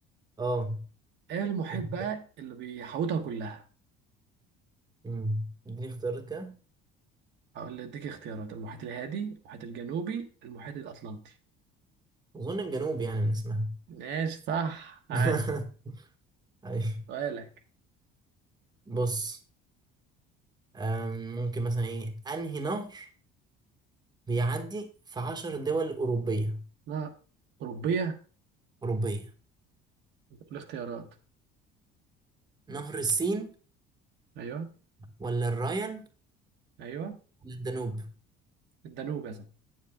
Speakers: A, on the right; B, on the right.
A: <laughs> اه
B: ايه المحيط
A: انت
B: بقى اللي بيحوطها كلها
A: امم اديني اختيارات كده
B: او اللي اديك اختيارات المحيط الهادي المحيط الجنوبي المحيط الاطلنطي
A: اظن الجنوب يعني من اسمها
B: ماشي صح ها،
A: <laughs> أيوة.
B: سؤالك
A: بص أم، ممكن مثلا ايه انهي نهر بيعدي في عشر دول اوروبيه
B: لا اوروبية
A: اوروبيه
B: الاختيارات
A: نهر السين
B: ايوه
A: ولا الراين
B: ايوه
A: ولا الدانوب
B: الدانوب يا صاحبي